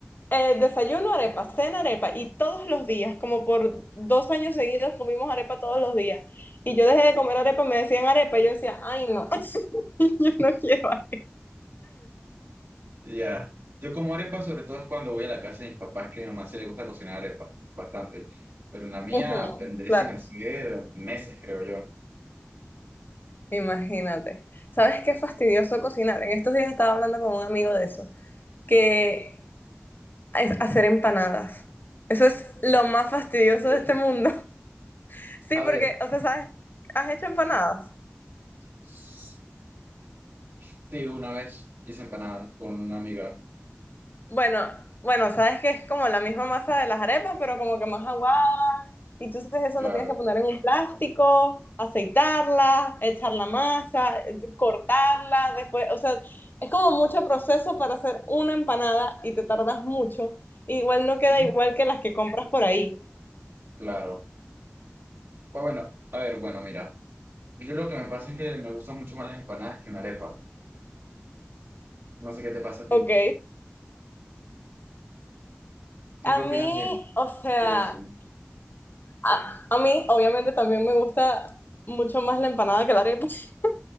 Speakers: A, on the left; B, on the right.
A: eh, desayuno arepa, cena arepa, y todos los días, como por dos años seguidos comimos arepa todos los días. Y yo dejé de comer arepa, me decían arepa, y yo decía, ay no, <laughs> yo no quiero arepa.
B: Ya. Yo como arepa, sobre todo es cuando voy a la casa de mis papás, que a mi mamá se le gusta cocinar arepa bastante. Pero en la mía
A: Ujú,
B: tendré
A: Claro,
B: sin hacer meses, creo yo.
A: imagínate. ¿Sabes qué fastidioso cocinar? En estos días estaba hablando con un amigo de eso, que es hacer empanadas. Eso es lo más fastidioso
B: Ok,
A: de este mundo. <laughs> Sí,
B: A
A: porque,
B: ver,
A: o sea, ¿sabes? ¿Has hecho empanadas?
B: s- sí, una vez hice empanadas con una amiga,
A: Bueno, bueno, sabes que es como la misma masa de las arepas, pero como que más aguada. Y tú entonces eso
B: claro,
A: lo tienes que poner en un plástico, aceitarla, echar la masa, eh, cortarla, después, o sea, es como mucho proceso para hacer una empanada y te tardas mucho. Igual no queda
B: ujú,
A: igual que las que compras por ahí.
B: claro. Pues bueno, a ver, bueno, mira, yo lo que me pasa es que me gustan mucho más las empanadas que una arepa. No sé qué te pasa a
A: Ok.
B: ti. ¿Tú qué
A: A
B: opinas
A: mí,
B: de,
A: o sea,
B: de eso?
A: A, a mí, obviamente, también me gusta mucho más la empanada que la arepa. <laughs>